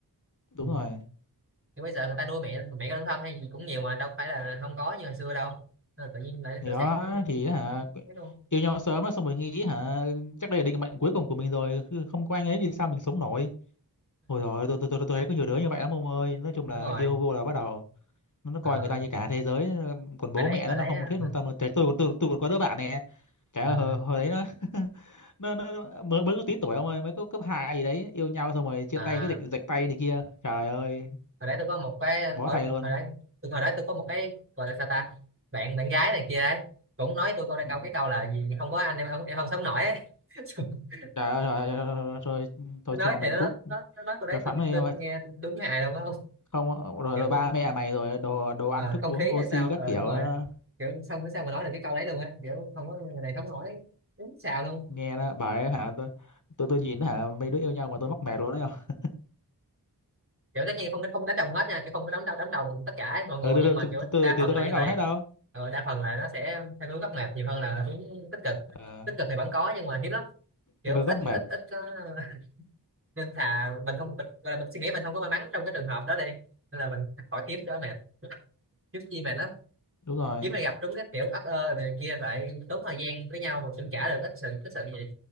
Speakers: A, on the left (about 50°); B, on the right (about 30°).
A: đúng
B: Ừ.
A: rồi
B: nhưng bây giờ người ta nuôi mẹ mẹ đơn thân hay gì cũng nhiều mà đâu phải là không có như hồi xưa đâu Nên là tự nhiên lại
A: thì
B: tự
A: đó
B: xét
A: thì hả
B: đúng, thế luôn
A: yêu nhau sớm á, xong rồi nghĩ hả chắc đây là định mệnh cuối cùng của mình rồi cứ không có anh ấy thì sao mình sống nổi Ôi rồi tôi tôi tôi tôi thấy có nhiều đứa như vậy lắm ông ơi nói chung là
B: đúng rồi
A: yêu vô là bắt đầu nó coi
B: ờ,
A: người ta như cả thế giới ờ, còn bố
B: hồi đấy
A: mẹ
B: hồi
A: nó nó
B: đấy
A: không
B: á,
A: thiết luôn tâm tôi còn tôi, tôi còn có đứa bạn nè cái
B: ờ,
A: hồi, hồi đấy nó <laughs> nó, nó nó- mới mới có tí tuổi ông ơi mới có cấp hai gì đấy yêu nhau xong rồi chia
B: à,
A: tay cái dịch dịch tay này kia trời ơi
B: hồi đấy tôi có một cái ở
A: bó
B: hồi
A: tay luôn
B: đấy tôi hồi đấy tôi có một cái gọi là sao ta bạn bạn gái này kia ấy cũng nói tôi câu này
A: ừ.
B: câu cái câu là gì không có anh em không- em không sống nổi ấy. <laughs>
A: trời ơi rồi, rồi, rồi, rồi, tôi
B: Tôi nói
A: cho mày
B: thì nó
A: cút
B: nó nó nó nói tôi đấy
A: cho phắn
B: tôi,
A: mày
B: tôi nghe đúng hài luôn á
A: không rồi,
B: kiểu
A: rồi ba mẹ mày rồi đồ đồ ăn
B: ờ,
A: thức
B: không
A: uống
B: khí hay
A: oxy
B: sao
A: các
B: ờ
A: kiểu
B: đúng rồi
A: đó.
B: kiểu xong bữa sau mà nói được cái câu đấy luôn á kiểu không có người này sống nổi đúng xào luôn
A: nghe nó bảo ấy, hả tôi tôi tôi nhìn nó, hả mấy đứa yêu nhau mà tôi mắc mệt luôn đấy không
B: kiểu tất nhiên không không đánh đồng hết nha kiểu không có đánh đồng đánh đồng tất cả mọi người
A: ừ tôi
B: nhưng
A: tôi
B: mà
A: tôi
B: kiểu
A: tôi
B: đa
A: tôi
B: phần
A: tôi
B: là
A: đâu
B: như
A: đánh đầu
B: vậy
A: hết đâu
B: ừ, đa phần là nó sẽ theo hướng góc mệt nhiều hơn là hướng tích cực
A: Ờ.
B: tích cực thì vẫn có nhưng mà hiếm lắm kiểu
A: Địa phương
B: ít
A: gốc
B: ít
A: mệt
B: ít có <laughs> nên thà mình không mình, gọi là mình suy nghĩ mình không có may mắn trong cái trường hợp đó đi nên là mình khỏi kiếm cho mệt kiếm chi mệt lắm
A: đúng rồi
B: kiếm này gặp trúng cái kiểu ấp ơ này kia lại tốn thời gian với nhau mà cũng trả được ít sự cái sự gì